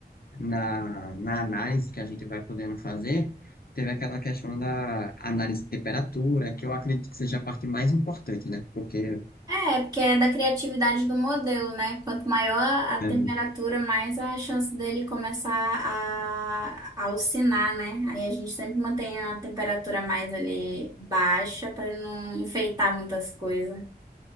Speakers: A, on the left (about 60°); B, on the right (about 25°).
A: na, na análise que a gente vai podendo fazer, teve aquela questão da análise de temperatura, que eu acredito que seja a parte mais importante, né? Porque,
B: É, porque é da criatividade do modelo, né? Quanto maior a temperatura,
A: é,
B: mais a chance dele começar a, a alcinar, né? Aí a gente sempre mantém a temperatura mais ali baixa para não enfeitar muitas coisas.